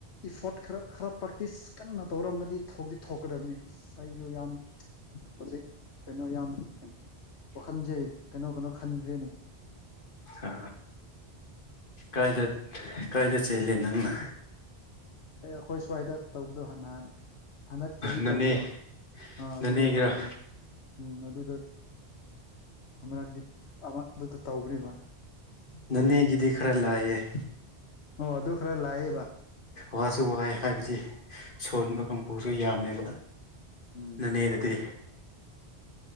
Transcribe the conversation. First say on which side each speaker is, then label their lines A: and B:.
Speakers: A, on the left; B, on the left.
A: ꯏꯐꯣꯔꯠ ꯈꯔ ꯈꯔ ꯄ꯭ꯔꯦꯛꯇꯤꯁ ꯀꯟꯅ ꯇꯧꯔꯝꯃꯗꯤ ꯊꯣꯛ ꯊꯣꯛꯀꯗꯕꯅꯤ ꯑꯁ ꯑꯁ ꯑꯩꯥꯁꯨ ꯌꯥꯝ ꯍꯧꯖꯤꯛ ꯀꯩꯅꯣ ꯌꯥꯝ ꯋꯥꯈꯟꯁꯦ ꯀꯩꯅꯣ ꯀꯩꯅꯣ ꯈꯟꯈ꯭ꯔꯦꯅꯦ
B: ꯑ ꯀꯥꯏꯗ ꯀꯥꯏꯗ ꯆꯦꯜꯂꯦ ꯅꯪꯅ
A: ꯑꯩ ꯑꯩꯈꯣꯏ ꯁ꯭ꯋꯥꯏꯗ ꯇꯧꯕꯗꯣ ꯅꯍꯥꯟ ꯍꯟꯗꯛ ꯆꯍꯤ
B: ꯅꯅꯦ
A: ꯇꯧꯕꯗꯣ ꯑꯥ ꯑꯗꯨꯗ
B: ꯅꯅꯦꯒꯤꯔꯣ
A: ꯇꯧꯕꯗ‌ꯣ ꯎꯝ ꯑꯗꯨꯗ ꯑꯃꯔꯛꯗꯤ ꯑꯃ ꯑꯗꯨꯗ ꯇꯧꯕꯔꯤꯔꯤꯕ
B: ꯅ‌ꯣꯅꯦꯒꯤꯗꯤ ꯈꯔ ꯂꯥꯏꯌ‌ꯦ
A: ꯑꯣ ꯑꯗꯨ ꯈꯔ ꯂꯥꯏꯌ‌ꯦꯕ
B: ꯋꯥꯁꯨ ꯋꯥꯏ ꯍꯥꯏꯕꯗꯤ ꯁꯣꯟꯕ
A: ꯎꯝ
B: ꯀꯥꯡꯄꯨꯔꯁꯨ ꯌꯥꯝꯃꯦꯕ
A: ꯎꯝ
B: ꯅ‌ꯣꯅꯦꯗꯗꯤ